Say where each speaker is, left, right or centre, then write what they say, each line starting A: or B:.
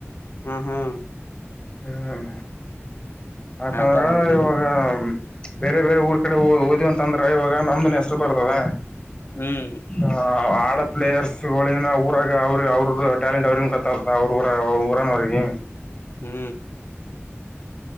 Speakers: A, on the left; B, on the left.
A: ಹ್ಮ ಹ್ಮ
B: ಹ್ಮ್ ಯಾಕಂದ್ರ
A: ಆತರ ನಿಮ್ದು
B: ಇವಾಗ ಬೇರೆ ಬೇರೆ ಬೇರೆ ಊರ್ ಕಡೆ ಓದಿ ಅಂತಂದ್ರ ಇವಾಗ ನಮ್ದನ್ ಹೆಸರು ಬರ್ತದ
A: ಹ್ಮ್
B: ಹ ಪ್ಲೇಯರ್ಸ್ೋಳಿಂಗನ ಊರಾಗ ಅವ್ರರು ಅವ್ರದ್ದ ಟ್ಯಾಲೆಂಟ್ ಅವ್ರ ಕತ್ತ ಅವ್ರ ಊರ ಅವ್ರ ಊರನ ಅವ್ರಿಗೆ
A: ಹೂ